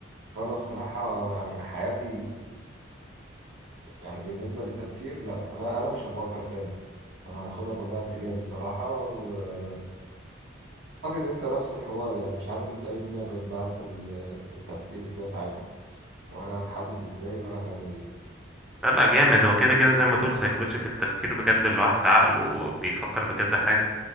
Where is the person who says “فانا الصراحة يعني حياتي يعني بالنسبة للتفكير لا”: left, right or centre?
Right